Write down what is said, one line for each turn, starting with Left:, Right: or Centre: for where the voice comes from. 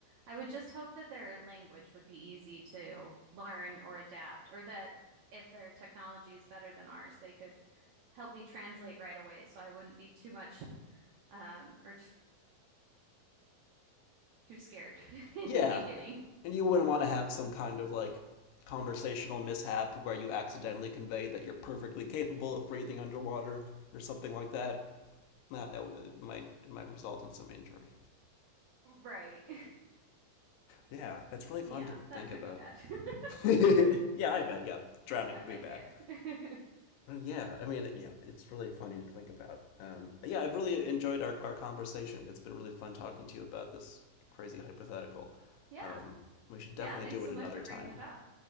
Right: I would just hope that their language would be easy to learn or adapt, or that if their technology is better than ours, they could help me translate right away, so I wouldn't be too much um, or t too scared <laughs> in
Left: yeah,
Right: the beginning.
Left: and you wouldn't want to have some kind of like conversational mishap where you accidentally convey that you're perfectly capable of breathing underwater or something like that. That, that it might it might result in some injury.
Right: Right. <laughs>
Left: Yeah, that's really fun
Right: Yeah,
Left: to
Right: that
Left: think
Right: could
Left: about.
Right: be bad. <laughs>
Left: <laughs> yeah, I bet. Yeah, drowning
Right: Yeah, I
Left: would
Right: like
Left: be bad.
Right: it. <laughs>
Left: Yeah, I mean, yeah, it's really funny to think about. Um, yeah, I've really enjoyed our, our conversation. It's been really fun talking to you about this crazy hypothetical.
Right: Yeah.
Left: Um, we should definitely
Right: Yeah, thanks
Left: do
Right: so
Left: it another
Right: much for
Left: time.
Right: bringing it up,